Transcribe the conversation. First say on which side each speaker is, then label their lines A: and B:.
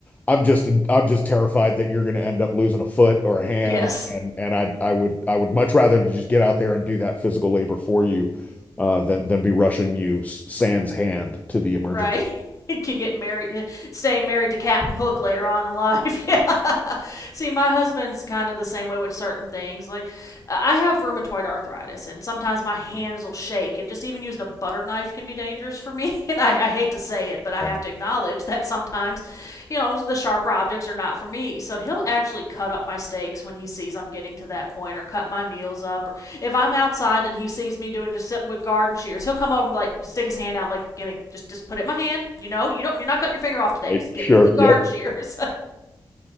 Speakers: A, on the left; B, on the left.
A: I'm just I'm just terrified that you're going to end up losing a foot or a hand,
B: Yes,
A: and and I I would I would much rather just get out there and do that physical labor for you, uh, than than be rushing you s- sans hand to the emergency.
B: right. <laughs> Could get married, staying married to Captain Hook later on in life. <laughs> Yeah. See, my husband's kind of the same way with certain things. Like I have rheumatoid arthritis, and sometimes my hands will shake, and just even using a butter knife can be dangerous for me. <laughs> And I, I hate to say it, but I
A: room."
B: have to acknowledge that sometimes, you know, the sharper objects are not for me. So he'll actually cut up my steaks when he sees I'm getting to that point, or cut my meals up, or if I'm outside and he sees me doing just something with garden shears, he'll come over and like stick his hand out, and like, give me, just just put it in my hand. You know, you don't, you're not cutting your finger off today.
A: Right?
B: Just
A: Sure.
B: give me the garden
A: Yep.
B: shears.